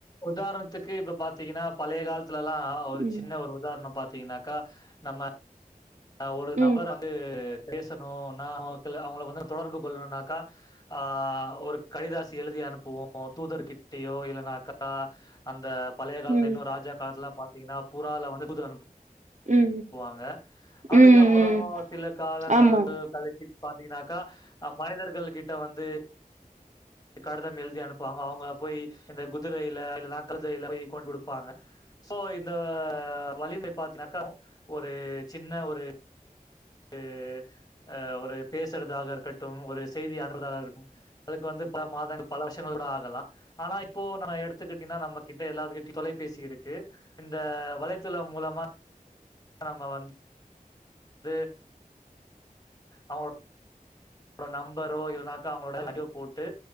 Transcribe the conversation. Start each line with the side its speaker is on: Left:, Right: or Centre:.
Left: உதாரணத்துக்கு இப்ப பாத்தீங்கனா பழைய கால்த்துலலா ஒரு
Right: ம்
Left: சின்ன ஒரு உதார்ணோ பாத்தீங்கனா க்கா நம்ம அ ஒரு நபர்
Right: ம்
Left: வந்து பேசணு நா அவோக்குல அவங்கள வந்து தொடர்பு கொள்ளணுனாக்கா ஆ ஒரு கடிதாசி எழுதி அனுப்புவோ தூதர் கிட்டியோ இல்லனாக்கா அந்த பழைய கால்த்த
Right: ம்
Left: இன்னு ராஜா காலத்துல பாத்தீங்கனா புறால வந்து தூது அனுப்பு
Right: ம்
Left: வாங்க அதுக்கப்புறோ
Right: ம் ம்
Left: சில காலங்கள்
Right: ஆமா
Left: கழுச்சு பாத்தீங்கனாக்கா அ மனிதர்கள் கிட்ட வந்து கடிதம் எழுதி அனுப்புவாங்க அவுங்க போய் இந்த குதிரையில இல்லனா கழ்தையில போய் கொண் குடுப்பாங்க சோ இந்த வலிமை பாத்துனாக்கா ஒரு சின்ன ஒரு ஒரு அ ஒரு பேசுறதாக இருக்கட்டும் ஒரு செய்தி அனுப்புறதாகட்டும் அதுக்கு வந்து பல மாதங்கள் பல வருஷங்கள் கூட ஆகலாம் ஆனா இப்போ நம்ம எடுத்துக்கிட்டீங்கன்னா நம்ம கிட்ட எல்லார் கட்டியூ தொலைபேசி இருக்கு இந்த வலைதளம் மூலமா நம்ம வந்து து அவங்களோட் நம்பரோ இல்லன்னாக்கா அவங்களோட வீடியோ போட்டு